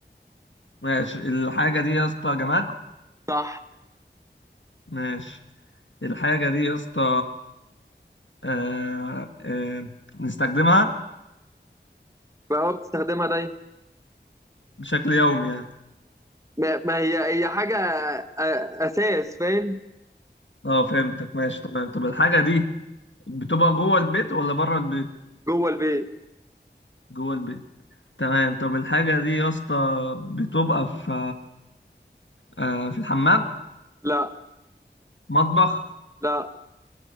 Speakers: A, on the left; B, on the right.
A: ماشي الحاجه دي يا اسطى جماد
B: صح
A: ماشي الحاجه دي يا اسطى آه آه نستخدمها
B: بقى بتستخدمها دايما
A: بشكل يومي يعني
B: ما, ما هي هي حاجه أ- اساس فاهم
A: اه فهمتك ماشي تمام طب الحاجه دي بتبقى جوه البيت ولا بره البيت
B: جوه البيت
A: جوه البيت تمام طب الحاجة دي يا اسطى بتبقى في آه، في الحمام
B: لا
A: مطبخ
B: لا